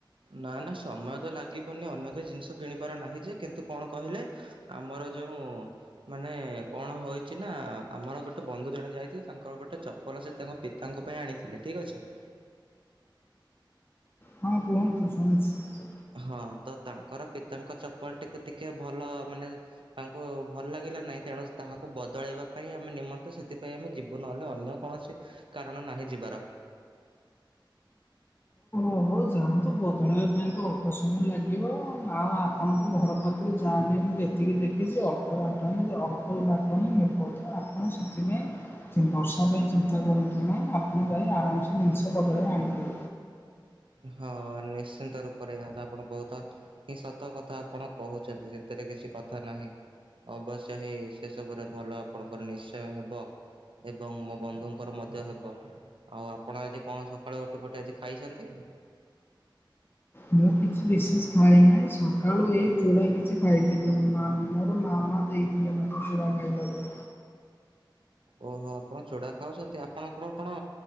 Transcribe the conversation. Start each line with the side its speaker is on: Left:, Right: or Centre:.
Right: ନା ନା ସମୟ ତ ଲାଗିବନି ଅନ୍ୟ କିଛି ଜିନିଷ କିଣିବାର ନାହିଁ ଯେ କିନ୍ତୁ କଣ କହିଲେ? ଆମର ଯୋଉଁ ମାନେ କଣ ହୋଇଛି ନା ଆମର ଗୋଟେ ବନ୍ଧୁ ଜଣେ ଯାଇଥିଲେ ତାଙ୍କର ଗୋଟେ ଚପ ପଲ ସେ ତାଙ୍କ ପିତାଙ୍କ ପାଇଁ ଆଣିଥିଲେ। ଠିକ୍ ଅଛି।
Left: ହଁ କୁହନ୍ତୁ ଶଣୁଛି।
Right: ହଁ ତ ତାଙ୍କର ପିତାଙ୍କ ଚପଲଟିକୁ ଟିକେ ଭଲ ମାନେ ତାଙ୍କୁ ଭଲ ଲାଗିଲା ନାହିଁ। ତେଣୁ ସ୍ ତାହାକୁ ବଦଳେଇବା ପାଇଁ ଆମେ ନିମନ୍ତେ ସେଥିପାଇଁ ଆମେ ଯିବୁ ନ ହେଲେ ଅନ୍ୟ କୌଣସି କାରଣ ନାହିଁ ଯିବାର।
Left: ଓହୋ ଯାଆନ୍ତୁ ବଦଳାଇବା ପାଇଁ ତ ଅଳ୍ପ ସମୟ ଲାଗିବ। ଆ ଆପଣଙ୍କ ଘର ପାଖରୁ ଯା ହେଲେ ବି ଏତିକି ଦେଖିଛି <unintelligible> ଆପଣ ସେଥିପାଇଁ ବର୍ଷା ପାଇଁ ଚିନ୍ତା କରନ୍ତୁ ନାହିଁ। ଆପଣ ଯାଇ ଆରାମ ସେ ଜିନିଷ ବଦଳେଇ ଆଣିିବେ।
Right: ହଁ ନିଶ୍ଚିନ୍ତ ରୂପରେ। ଏହା ତ ଆପଣ ବହୁତ ହିଁ ସତ କଥା ଆପଣ କହୁଛନ୍ତି। ସେଥିରେ କିଛି କଥା ନାହିଁ। ଅବଶ୍ୟ ହେଇ ସେ ସବୁରେ ଭଲ ଆପଣଙ୍କର ନିଶ୍ଚୟ ହେବ। ଏବଂ ମୋ ବନ୍ଧୁଙ୍କର ମଧ୍ୟ ହେବ। ଆଉ ଆପଣ ଆଜି କଣ ସକାଳୁ ରୁଟି ଫୁଟି ଆଜି ଖାଇଛନ୍ତି?
Left: ମୁଁ କିଛି ବିସେସ୍ ଖାଇନାହିଁ। ସକାଳୁ ଏଇ ଚୂଡ଼ା କିଛି ଖାଇଥିଲି। ମୋର ମାମା ଦେଇଥିଲେ ମୋତେ ଚୂଡ଼ା ଖାଇବାକୁ।
Right: ଓହୋ ଆପଣ ଚୂଡ଼ା ଖାଉଛନ୍ତି। ଆପଣଙ୍କ କଣ କଣ